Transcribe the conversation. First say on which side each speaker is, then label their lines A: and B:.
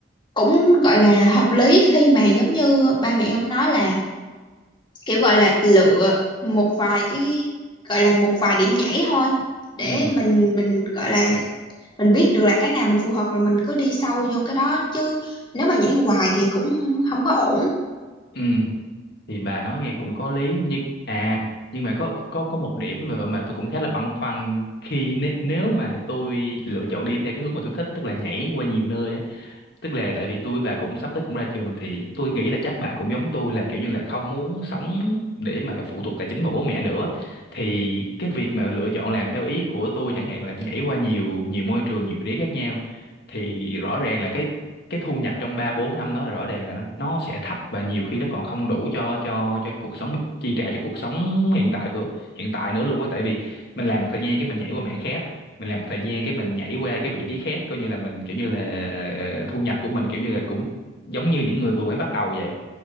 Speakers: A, on the left; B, on the left.
A: cũng gọi là hợp lý khi mà giống như ba mẹ ông nói là kiểu gọi là lựa một vài cái gọi là một vài điểm nhảy thôi để
B: ừ
A: mình mình gọi là mình biết được là cái nào mình phù hợp rồi mình cứ đi sâu vô cái đó chứ nếu mà nhảy hoài thì cũng không có ổn
B: ừ thì bà nói nghe cũng có lý nhưng à nhưng mà có có có một điểm mà mà tôi cũng khá là băn khoăn khi nếu, nếu mà tôi lựa chọn đi theo cái hướng mà tôi thích tức là nhảy qua nhiều nơi á tức là tại vì tôi với bà cũng sắp tới cũng ra trường thì tôi nghĩ là chắc bà cũng giống tôi là kiểu như là không muốn sống để mà phụ thuộc tài chính vào bố mẹ nữa thì cái việc mà lựa chọn làm theo ý của tôi chẳng hạn là nhảy qua nhiều nhiều môi trường nhiều vị trí khác nhau thì rõ ràng là cái cái thu nhập trong 3 4 năm đó rõ ràng là nó sẽ thấp và nhiều khi nó còn không đủ cho cho cho cuộc sống chi trả cho cuộc sống hiện tại của hiện tại nữa luôn á tại vì mình làm một thời gian cái mình nhảy qua mảng khác mình làm một thời gian cái mình nhảy qua cái vị trí khác coi như là mình kiểu như là thu nhập của mình kiểu như là cũng giống như những người vừa mới bắt đầu vậy